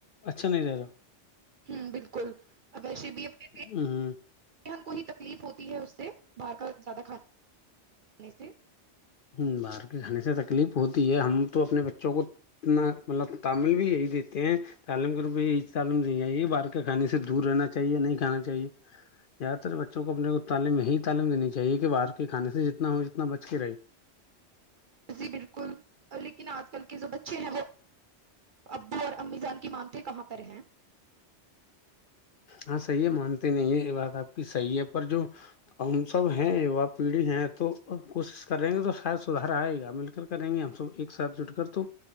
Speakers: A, on the left; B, on the right.
A: اچھا نہیں رہ رہا
B: ہ بالکل ا ویسے بھی اپنے
A: ہ ہ
B: ذہن کو ہی تکلیف ہوتی ہے اس سے باہر کا زیادہ کھانا کھے سے
A: ہ باہر کے کھانے سے تکلیف ہوتی ہے ہم تو اپنے بچوں کو اتنا مطلب تعمل بھی یہی دیتے ہیں تعلیم کے روپ میں یہی تعلیم دینی چاہیے باہر کے کھانے سے دور رہنا چاہیے نہیں کھانا چاہےیادہ تر بچوں کو اپنے کو تعلیم یہی تعلیم دینی چاہیے کہ باہر کے کھانے سے جتنا ہو جتنا بچ کے رہے
B: جی بالکل لیکن آجل کل کے جو بچے ہیں وہ ابو اور امی جان کی مانتے کہاں پر ہیں
A: ہاں صحیح ہے مانتے نہیں ہیں یہ بات آپ کی صحیح ہے پر جو ہم سب ہیں یوا پیڑھی ہیں تو کوشش کر رہیں گے تو شاید سدھر آئے گا مل کر کریں گے ہم سب ایک ساتھ جٹ کر تو